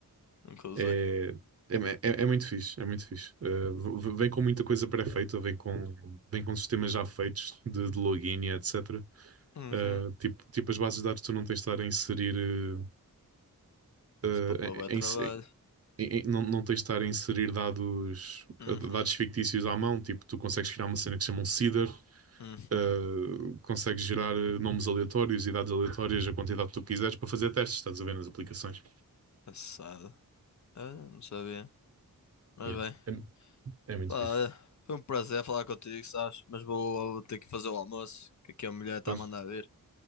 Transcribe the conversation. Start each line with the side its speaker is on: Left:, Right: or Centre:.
Left: nunca usei.
Right: É, é, é, é muito fixe, é muito fixe. Ah, v- v- vem com muita coisa pré-feita, vem com, vem com sistemas já feitos de, de login e etc.
Left: Uhum.
Right: Ah, tipo, tipo, as bases de dados tu não tens de estar a inserir. ah,
Left: Isso para pôr bué
Right: eh, em,
Left: trabalho.
Right: e- e não, não tens de estar a inserir dados,
Left: Uhum,
Right: dados fictícios à mão, tipo, tu consegues criar uma cena que se chama um seeder,
Left: uhum.
Right: eh, consegues gerar eh, nomes aleatórios e dados aleatórios, a quantidade que tu quiseres, para fazer testes, estás a ver nas aplicações.
Left: Assado. Ah, não sabia. Mas
Right: Yeah.
Left: bem,
Right: É, é muito
Left: lá,
Right: fixe.
Left: olha, foi um prazer falar contigo, sabes? Mas vou, vou ter que fazer o almoço, que aqui a mulher está
Right: Pronto.
Left: a mandar vir.